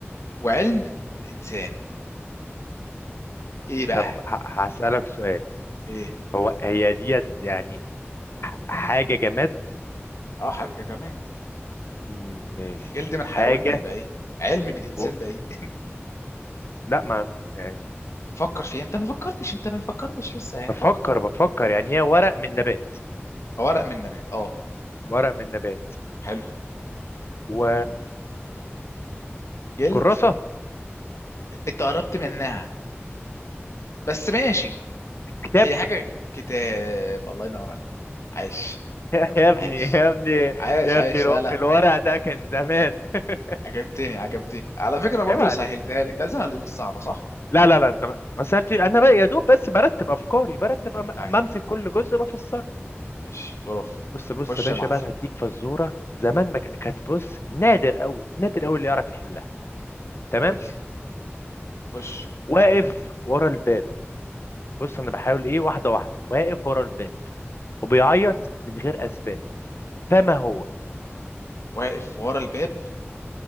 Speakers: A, on the left; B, on the left.
A: وعلم من انسان ايه بقى
B: طب ه- هسألك سؤال
A: ايه
B: هو هي ديت يعني حاجه جماد
A: اه حاجه كمان
B: مم، ماشي
A: جلد من حيوان
B: حاجه
A: ده هيبقى ايه علم من انسان
B: و...
A: ده ايه
B: لا ما يعني
A: <laughs> فكر فيها انت ما فكرتش انت ما فكرتش لسه يعني
B: بفكر
A: فكر خد
B: بفكر يعني هي ورق من نبات
A: ورق من نبات اه
B: ورق من نبات
A: حلو
B: و
A: جلد
B: كراسة
A: انت قربت منها بس ماشي
B: كتاب
A: هي حاجة كتاب الله ينور عليك عايش
B: <laughs> يا ابني
A: عايش
B: يا ابني
A: عايش
B: يا
A: عايش
B: ابني الو-
A: لا لا
B: الورق ده كان زمان <laughs>
A: عجبتني عجبتني على فكرة برضه
B: عيب عليك
A: سهلتها لك ده سهل مش صعبة صح
B: لا لا لا انت ما ما سألتش انا بقى يا دوب بس برتب افكاري برتب أم-
A: ايوه
B: بمسك كل جزء بفسره
A: ماشي بروف
B: بص بص
A: خش
B: يا باشا
A: يا معلم
B: بقى انا هديك فزوره زمان ما ك- كانت بص نادر قوي نادر قوي اللي يعرف يحلها تمام
A: قول لي خش
B: واقف ورا الباب بص انا بحاول ايه واحده واحده واقف ورا الباب وبيعيط من غير اسباب فما هو
A: واقف ورا الباب